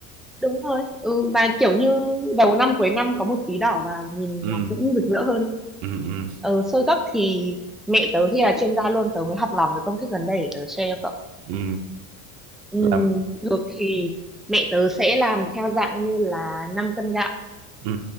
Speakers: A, in the centre; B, on the right.
A: đúng rồi ừ mà kiểu như đầu năm cuối năm có một tí đỏ vào nhìn
B: ừ
A: nó cũng rực rỡ hơn
B: ừ ừ
A: ờ sơ gấc thì mẹ tớ thì là chuyên gia luôn tớ mới học lòng được công thức gần đây để tớ share cho cậu
B: ừ
A: Ừm,
B: làm
A: thường thì mẹ tớ sẽ làm theo dạng như là 5 cân gạo
B: ừ